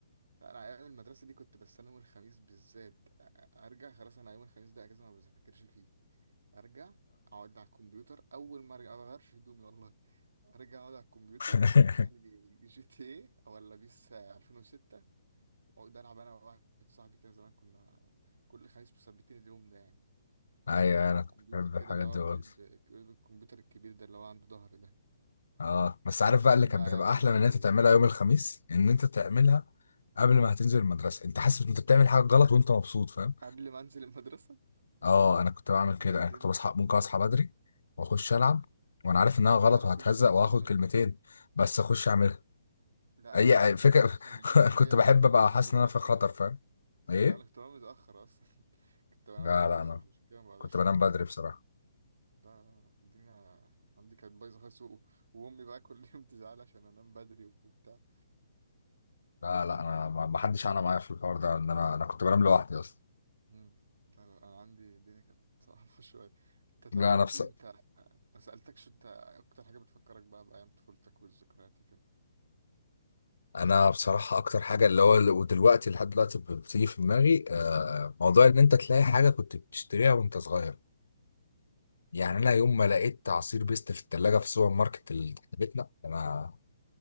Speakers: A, on the right (about 75°); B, on the left (about 80°).
A: لا، انا ايام المدرسه دي كنت بستنى يوم الخميس بالذات أ- ارجع خلاص انا يوم الخميس ده اجازه ما بذاكرش فيه ارجع اقعد على الكمبيوتر اول ما ارجع ما بغيرش هدومي والله ارجع اقعد على الكمبيوتر
B: <laughs>
A: افتح لي جي تي ايه ولا بيس 2006 واقعد العب انا وواحد صاحبي كده زمان كنا كل خميس مثبتين اليوم ده يعني
B: ايوه انا
A: على الكمبيوتر
B: كنت بحب
A: كده
B: الحاجات
A: اللي هو
B: دي
A: بج-
B: برضه
A: ب- الكمبيوتر الكبير ده اللي هو عنده ظهر ده
B: اه بس عارف
A: كانش
B: بقى اللي
A: فيه بقى
B: كانت
A: ايام
B: بتبقى احلى
A: دلوقتي
B: من ان انت تعملها يوم الخميس ان انت تعملها قبل ما هتنزل المدرسه انت حاسس ان انت بتعمل حاجه غلط وانت مبسوط فاهم
A: قبل ما انزل المدرسه
B: اه انا كنت بعمل
A: ليه
B: كده انا
A: كده
B: كنت بصحى ممكن اصحى بدري واخش العب
A: مم.
B: وانا عارف انها
A: لا
B: غلط
A: انا
B: وهتهزق
A: كنت اصلا
B: وهاخد
A: من
B: كلمتين
A: ال...
B: بس اخش اعملها
A: لا انا
B: اي
A: اقول لك
B: أي فكره
A: انا كنت اصلا من الناس
B: <laughs>
A: اللي
B: كنت
A: هي
B: بحب
A: بت... بتنام
B: ابقى حاسس
A: متاخر
B: ان انا في خطر
A: اصلا
B: فاهم
A: <laughs>
B: ايه
A: لا انا كنت بنام متاخر اصلا <laughs> كنت بنام
B: لا
A: متاخر
B: لا انا
A: عشان كده ما بقدرش
B: كنت بنام
A: اصحى
B: بدري
A: بصراحه
B: بصراحه
A: لا لا الدنيا عندي كانت بايظه خالص و... وامي بقى كل <laughs> يوم تزعل عشان انام بدري وبتاع
B: لا لا انا ما ما حدش انا معايا في الحوار ده ان انا انا كنت بنام لوحدي اصلا
A: مم. لا لا انا عندي الدنيا كانت صعبه <laughs> شويه انت
B: لا
A: طب قول
B: انا بص...
A: لي انت ما سالتكش انت إيه اكتر حاجه بتفكرك بقى بايام طفولتك والذكريات وكده
B: انا بصراحه اكتر حاجه اللي هو ودلوقتي لحد دلوقتي بتيجي في دماغي آه، موضوع ان انت تلاقي حاجه كنت بتشتريها وانت صغير يعني
A: اه
B: انا يوم ما لقيت عصير بيست في الثلاجه في السوبر ماركت اللي تحت بيتنا انا